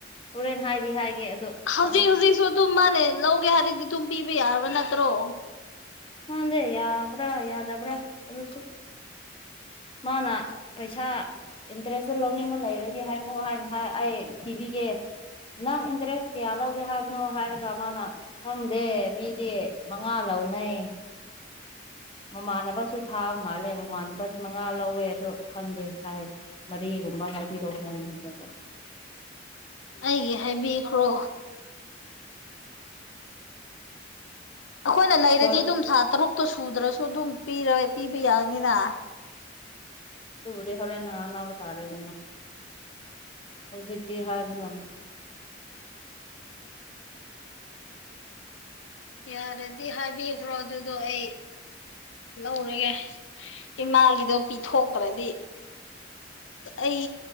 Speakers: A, on the left; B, on the left.
A: ꯍꯣꯔꯦꯟ ꯍꯥꯏꯗꯤ ꯍꯥꯏꯒꯦ ꯑꯗꯣ
B: ꯍꯧꯖꯤꯛ
A: ꯈꯪꯁꯤꯦ
B: ꯍꯧꯖꯤꯛꯁꯨ ꯑꯗꯨꯝ ꯃꯥꯅꯦ ꯂꯧꯒꯦ ꯍꯥꯏꯔꯗꯤ ꯑꯗꯨꯝ ꯄꯤꯕ ꯌꯥꯔꯕ ꯅꯠꯇ꯭ꯔꯣ
A: ꯅꯗꯦ ꯌꯥꯕ꯭ꯔꯥ ꯌꯥꯗꯕ꯭ꯔꯥ ꯑꯗꯨꯁꯨ ꯃꯥꯅ ꯄꯩꯁꯥ ꯏꯟꯇꯔꯦꯁꯁꯦ ꯂꯧꯅꯤꯡꯕ ꯂꯩꯔꯗꯤ ꯍꯥꯏꯔꯛꯑꯣ ꯍꯥꯏꯅ ꯍꯥꯏ ꯑꯩ ꯊꯤꯕꯤꯒꯦ ꯅꯪ ꯏꯟꯇꯔꯦꯁ ꯀꯌꯥ ꯂꯧꯒꯦ ꯍꯥꯏꯕꯅꯣ ꯍꯥꯏꯔꯒ ꯃꯥꯅ ꯈꯪꯗꯦ ꯃꯤꯗꯤ ꯃꯉꯥ ꯂꯧꯅꯩ ꯃꯃꯥꯟꯅꯕꯁꯨ ꯊꯥ ꯃꯥꯜꯂꯦ ꯃꯃꯥꯟꯅꯕ ꯑꯗꯨ ꯃꯉꯥ ꯂꯧꯋꯦ ꯑꯗꯣ ꯈꯪꯗꯦ ꯍꯥꯏ ꯃꯔꯤꯒꯨꯝꯕ ꯍꯥꯏꯕꯤꯔꯛꯑꯣ ꯍꯥꯏꯔꯛꯄ
B: ꯑꯩꯒꯤ ꯍꯥꯏꯕꯤꯈ꯭ꯔꯣ ꯑꯩꯈꯣꯏꯅ ꯂꯩꯔꯗꯤ
A: ꯍꯣꯏ
B: ꯑꯗꯨꯝ ꯊꯥ ꯇꯔꯨꯛꯇꯣ ꯁꯨꯗ꯭ꯔꯁꯨ ꯑꯗꯨꯝ ꯄꯤ ꯄꯤꯕ ꯌꯥꯅꯤꯅ
A: ꯑꯗꯨꯕꯨꯗꯤ ꯍꯣꯔꯦꯟ ꯉꯥꯡꯅꯕ ꯇꯥꯔꯦꯗꯅꯥ ꯍꯧꯖꯤꯛꯇꯤ ꯍꯥꯌꯕꯥ ꯉꯝꯗꯦ
B: ꯌꯥꯔꯗꯤ ꯍꯥꯏꯕꯤꯈ꯭ꯔꯣ ꯑꯗꯨꯗꯣ ꯑꯩ ꯂꯧꯔꯒꯦ ꯏꯃꯥꯒꯤꯗꯣ ꯄꯤꯊꯣꯛꯇ꯭ꯔꯗꯤ ꯑꯩ